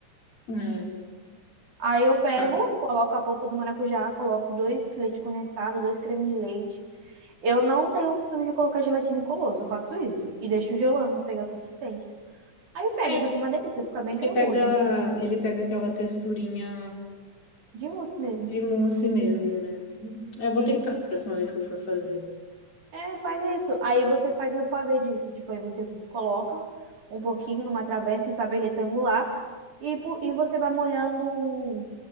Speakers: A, on the left; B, on the right.
A: É,
B: Aí eu pego,
A: tá.
B: coloco a polpa do maracujá, coloco dois leite condensado, dois creme de leite. Eu não tenho o costume de colocar gelatina incolor, só faço isso. E deixo gelando pra pegar a consistência. Aí pega,
A: É,
B: fica uma delícia, fica bem cremoso,
A: ele pega,
B: inclusive.
A: ele pega aquela texturinha
B: De mousse mesmo.
A: de mousse mesmo, né? Eu vou
B: Isso.
A: tentar a próxima vez que eu for fazer.
B: É, faz isso. Aí você faz o pavê disso. Tipo, aí você coloca um pouquinho numa travessa, sabe, retangular. E, po- e você vai molhando